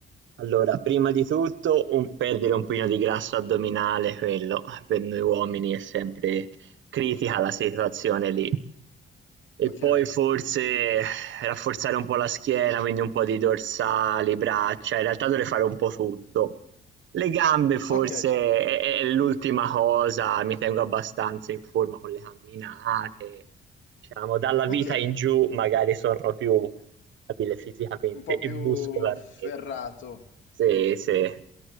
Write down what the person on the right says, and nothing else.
Allora, prima di tutto un perdere un pochino di grasso addominale, quello per noi uomini è sempre critica la situazione lì. E
poi forse rafforzare un po' la schiena, quindi un po' di dorsali, braccia, in realtà dovrei fare un po' tutto. Le gambe forse
è, è l'ultima cosa, mi tengo abbastanza in forma con le camminate, diciamo, dalla
vita in giù magari sono più Abile fisicamente
e
muscolarmente.
Sì, sì,